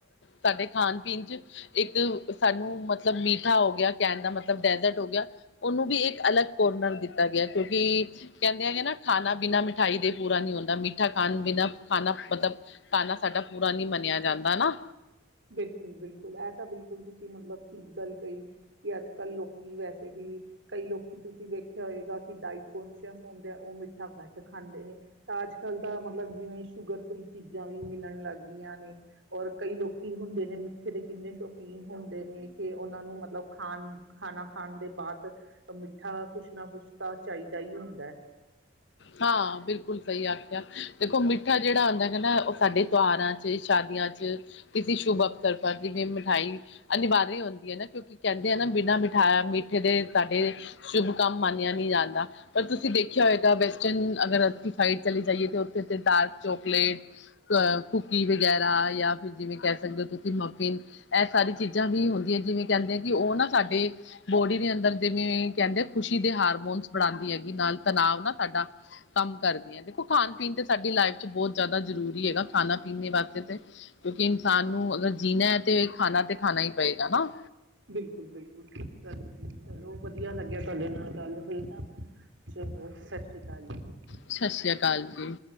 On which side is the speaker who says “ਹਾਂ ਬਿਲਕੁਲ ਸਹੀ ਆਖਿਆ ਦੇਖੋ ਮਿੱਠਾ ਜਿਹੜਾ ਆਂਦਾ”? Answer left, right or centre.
Left